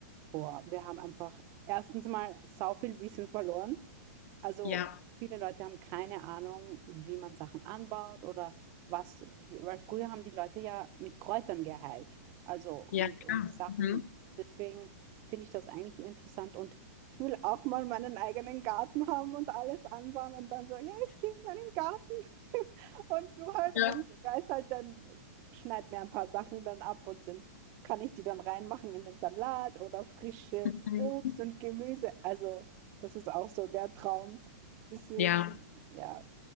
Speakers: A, on the right; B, on the left.
A: Boah, wir haben einfach erstens mal sau viel Wissen verloren. Also
B: Ja,
A: viele Leute haben keine Ahnung, wie man Sachen anbaut oder was, wie- weil früher haben die Leute ja mit Kräutern geheilt. Also und,
B: ja, klar.
A: und Sachen,
B: Mhm.
A: deswegen finde ich das eigentlich interessant und ich will auch mal meinen eigenen Garten haben und alles anbauen und dann so, ja, ich gehe in meinen Garten <laughs> und du halt
B: Ja.
A: und reiß halt dann, schneid mir ein paar Sachen dann ab und den kann ich die dann reinmachen in den Salat oder frisches
B: Mhm.
A: Obst und Gemüse. Also, das ist auch so der Traum. Deswegen,
B: Ja.
A: ja,